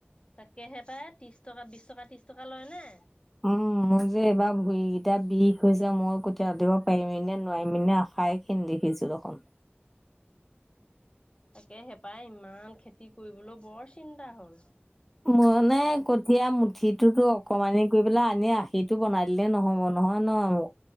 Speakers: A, on the left; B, in the centre.
A: তাকেহে পায় ত্ৰিশ টকা বিশ টকা ত্ৰিশ টকা লয় নে?
B: উম মোৰ যে এইবাৰ ভৰিকেইটা বিষ হৈছে মই কঁঠীয়া দিব পাৰিম নে নোৱাৰিম নে খাই খিনি দেখিছো দেখোন।
A: তাকে হেপাই ইমান খেতি কৰিবলৈ বৰ চিন্তা হ'ল।
B: মানে ক এতিয়া মুঠিটোতো অকমানি কৰি পেলাই আনি আখিটো বনাই দিলে নহ'ব নহয় ন'।